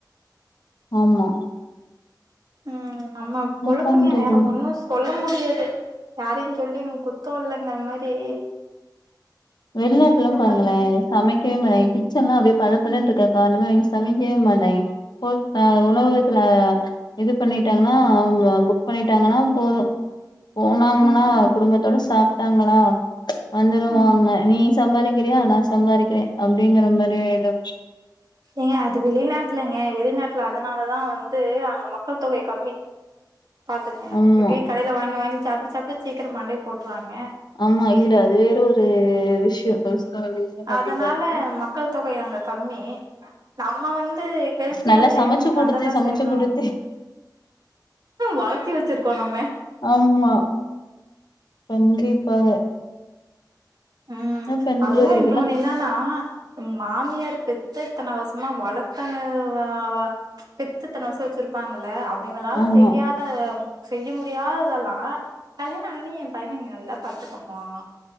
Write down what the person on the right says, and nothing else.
ம் நம்ம
பொழப்புங்க
வேற ஒன்னு சொல்ல முடியாது யாரையு சொல்லி ம் குத்த இல்லங்கிற மாரி
என்ன
பண்ற
ம்
ம்
ம்
ஏங்க அது வெளிநாட்லங்க வெளிநாட்ல அதனாலதா வந்து அங்க மக்கள் தொகை கம்மி பாத்துக்குங்க
இப்டி கடைல வாங்கி வாங்கி சாப்ட்டு சாப்ட்டு சீக்கிர மண்டைய போட்டுருவாங்கெ
அதனால
மக்கள் தொகை அங்க கம்மி நம்ம வந்து ஹெல்த்தியா
செய்யணு
நல்லதா
செய்யணு
வளத்தி வெச்சிருக்கோ நம்ம
ம்
அதுவு
இன்னொன்னு என்னன்னா மாமியார் பெத்து இத்தன வர்சமா வளத்தன வா வா பெத்து இத்தன வர்ஷ வெச்சிருப்பாங்கல்ல அவுங்களால
செய்யாத் ஆ செய்ய முடியாததெல்லா கல்யாண ஆனி எ பையன நீ நல்லா பாத்துக்கோ மா